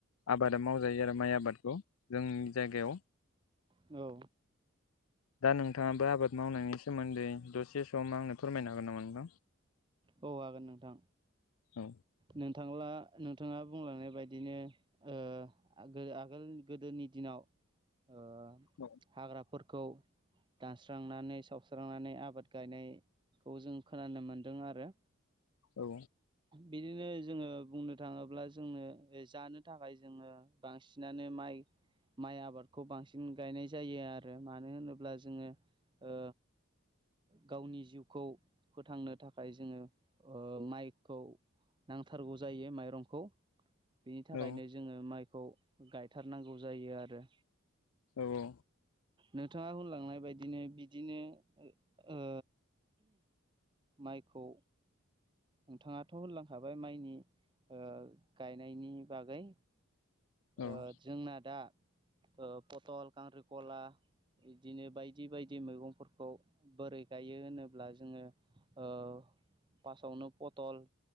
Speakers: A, on the left; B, on the right.
A: आबादा मावजायो आरो माइ आबादखौ जोंनि जायगायाव
B: औ
A: <inaudible> दा नोंथाङाबो आबाद मावनायनि सोमोन्दै दसे सम आंनो फोरमायनो हागोन नामा‌ नोंथां
B: औ हागोन नोंथां
A: औ
B: नोंथांब्ला नोंथाङा बुंलांनाय बायदिनो ओ आगोल गोदोनि दिनाव ओ
A: औ
B: हाग्राफोरखौ दानस्रांनानै सावस्रांनानै आबाद गायनाय खौ जों खोनानो मोनदों आरो
A: औ
B: बिदिनो जोङो बुंनो थाङोब्ला जोंनो जानो थाखाय जोङो बांसिनानो म माइ माइ आबादखौ बांसिन गायनाय जायो आरो मानो होनोब्ला जोङो ओ गावनि जिउखौ फोथांनो थाखाय जोङो ओ माइकखौ नांथारगौ जायो माइरंखौ बेनि थाखायनो
A: औ
B: जोङो माइ खौ गायथारनांगौ जायो आरो
A: औ औ
B: नोंथाङा होनलांनाय बायदिनो बिदिनो ओ माइखौ नोंथाङाथ' होनलांखाबाय माइनि ओ गायनायनि बागै
A: औ
B: ओ जोंना दा ओ पथल खांख्रिखला बिदिनो बायदि बायदि मैगंफोरखौ बोरै गायो होनोब्ला जोङो ओ पासावनो पथल